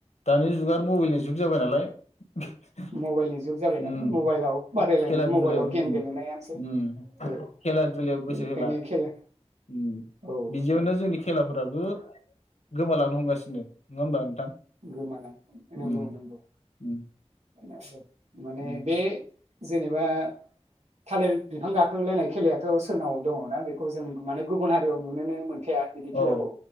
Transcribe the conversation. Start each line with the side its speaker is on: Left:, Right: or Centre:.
Left: दानि जुगा मबाइलनि जुग जाबाय नालाय। उम
Right: मबाइलनि जुग जाबाय नालाय मबाइलाव बादायलायनाय
Left: खेला
Right: मबाइलाव
Left: दुलायाव उम
Right: गेम गेलेनायानोसै
Left: उम
Right: ओ
Left: खेला दुलायाव गोसो
Right: बेनिखायनो
Left: होला
Right: खेला
Left: उम
Right: औ
Left: बिदियावनो
Right: औ
Left: जोंनि खेलाफोराबो गोमालां नो हमगासिनो। नंआ होमबा नोंथां?
Right: गोमालां नंगौ
Left: उम
Right: नंगौ।
Left: उम
Right: <unintelligible> माने
Left: उम
Right: बे जेनेबा थालिर बिफां गाखोलायनाय खेलायाथ' सोरनाव दङ ना बेखौ जों माने गुबुन हारियाव नुनोनो मोन खाया बिदि खेलाखौ
Left: औ